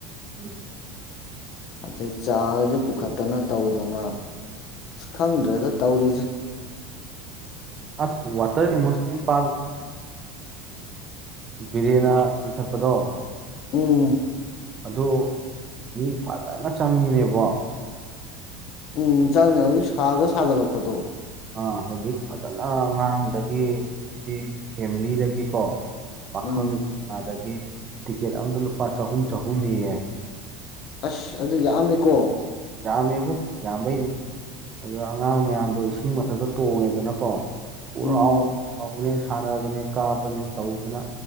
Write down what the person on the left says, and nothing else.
ꯑꯗꯩ ꯆꯥꯒꯁꯦ ꯄꯨꯈꯠꯇꯅ ꯇꯧꯗꯅ ꯑꯁ ꯈꯪꯗ꯭ꯔꯦꯗ ꯇꯧꯔꯤꯁꯦ
ꯎꯝ
ꯎꯝ ꯆꯪꯉ ꯍꯧꯖꯤꯛ ꯁꯥꯗ ꯁꯥꯒꯠꯂꯛꯄꯗꯣ
ꯎꯝ
ꯑꯁ ꯑꯗꯨ ꯂꯥꯛꯑꯝꯃꯤꯀꯣ
ꯎꯝ